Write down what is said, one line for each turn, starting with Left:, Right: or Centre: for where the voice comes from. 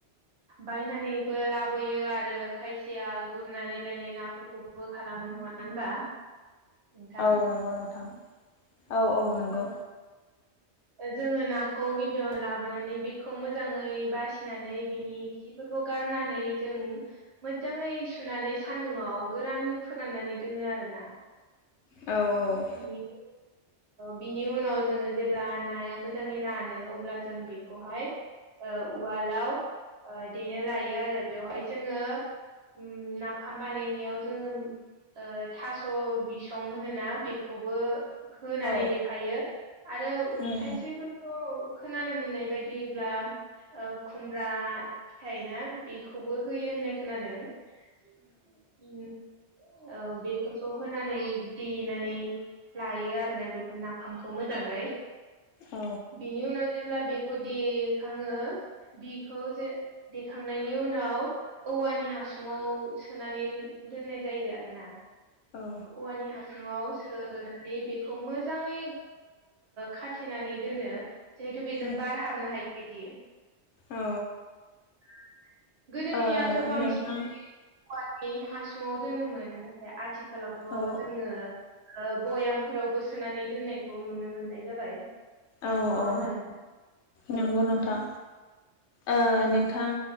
Right: बायनानैबो लाबोयो आरो खायसेया गु गुरनानै लायनाय नाफोरखौबो खालामो नङा होनबा? नोंथां
Left: औ नंगौ नोंथां औ नंगौ
Right: औ जोङो नाखौ गिबियाव लाबोनानै बेखौ मोजाङै बासिनानै बिनि खि फोरखौ गारनानै जों मोजाङै सुनानै सान्दुंङाव गोरान फोराननानै दोनो आरोना
Left: औ औ
Right: बिनि बिनि उनाव जोङो जेब्ला नाया मोजाङै रानो अब्ला जों बेखौहाय उवालाव देनो लायो आरो बेवहाय जोङो उम नाफाम बानायनायाव जोङो ओ थास' बिसं होनोना बेखौबो होनानै
Left: औ
Right: देफायो आरो
Left: उम
Right: खायसेफोर थ'‌ खोनानो मोननाय बायदिब्ला खुमब्रा फिथाइ ना बिखौबो होयो होननाय खोनादों उम औ बेफोरखौ होनानै देनानै लायो आ रोना बेखौ नाफामखौ मोजाङै
Left: औ
Right: बिनि उनाव जेब्ला बेखौ देखाङो बिखौ जे देखांनायनि उनाव औवानि हासुङाव सोनानै दोननाय जायो आरो ना
Left: ओ
Right: औवानि हासुुंआव सोनानै बे खौ मोजाङै खाथेनानै ओ दोनो जिहेथु बेजों
Left: उम
Right: बार हाबनो हायै बिदि
Left: औ
Right: <inaudible> गोदोनियाथ'
Left: ओ
Right: बांसिनै
Left: नोंथां
Right: औवानि हासुङाव दोनोमोन नाथाय आथिखालावथ'
Left: औ
Right: जोङो बयाम फोरावबो सोनानै दोननायखौ नुनो मोननाय जाबाय
Left: औ
Right: नङा
Left: औ
Right: होमबा नोंथां
Left: नंगौ नोंथां ओ नोंथां।